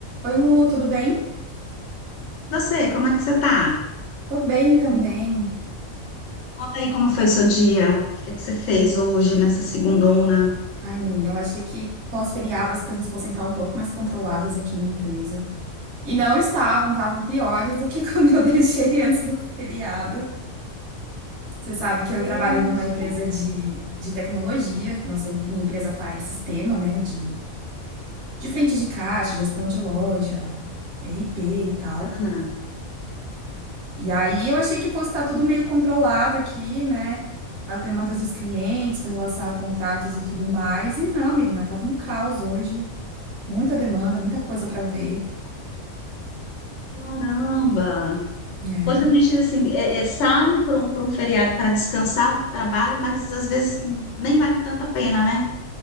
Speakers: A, on the right (about 60°); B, on the left (about 65°).
A: Oi, Lu, tudo bem?
B: Você, como é que você tá?
A: Tô bem também.
B: Me conta aí como foi seu dia. O que é que você fez hoje nessa segundona?
A: Ai, menina, eu achei que pós-feriado as coisas fossem estar um pouco mais controladas aqui na empresa. E não estavam, estavam piores do que como <laughs> eu deixei antes do feriado. Você sabe que eu
B: Gente,
A: trabalho numa empresa de, de tecnologia, nossa, minha empresa faz sistema, né, de, de frente de caixa, gestão de loja, RP e tal.
B: bacana.
A: E aí eu achei que fosse estar tudo meio controlado aqui, né? As demandas dos clientes com relação a contratos e tudo mais. E não, menina, tava um caos hoje. Muita demanda, muita coisa para ver.
B: Caramba!
A: né
B: Hoje a gente, assim, é- é, sai para um, pra um feriado para descansar do trabalho, mas às vezes nem vale tanta pena, né?